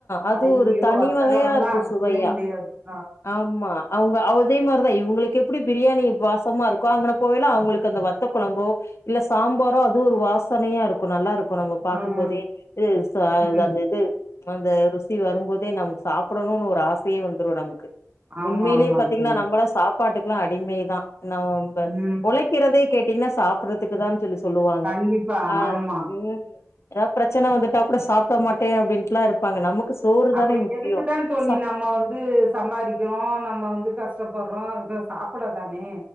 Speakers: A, on the left; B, on the right.
A: அது
B: ஐயோ
A: ஒரு தனி
B: வத்தக்கொழம்புலா
A: வகையா இருக்கு
B: <unintelligible>
A: சுவையா ஆமா அவங்க அதே மாதிரிதா இவங்களுக்கு எப்படி பிரியாணி வாசமா இருக்குகோ அங்கன போயல்ல அவங்களுக்கு அந்த வத்த கொழம்போ இல்ல சாம்பாரு அது ஒரு வாசனையா இருக்கு நல்லா இருக்கு இ நம்ம பாக்கும்
B: ம்
A: போதே இது <unintelligible>
B: ம்
A: அந்த இது அந்த ருசி வரும்போதே நமக்கு சாப்பிடணுனு ஒரு ஆசையே வந்துடு நமக்கு
B: ஆமா
A: உண்மையிலயே
B: ஆமா
A: பாத்தீங்கன்னா
B: தோழி
A: நம்மளா சாப்ப சாப்பாடுக்கல்லா அடிமை தா நாப
B: ம்
A: உழைக்கிறதே கேட்டீங்கன்னா சாப்பிறதுக்கு தான்னு சொல்லி சொல் சொல்லுவாங்க
B: கண்டிப்பா
A: அ
B: ஆமா
A: ம் ஏதாவது பிரச்சன வந்துட்டா கூட சாப்பிட மாட்டே அப்படின்டெல்லா இருப்ப ப்பாங்க நமக்கு சோறு
B: அப்புற
A: தானே முக்கியோ
B: எதுக்கு தா தோழி
A: சா
B: நம்ம வந்து சம்பாதிக்கிறோ நம்ம வந்து கஷ்டப்படுறோ சாப்பிட தானே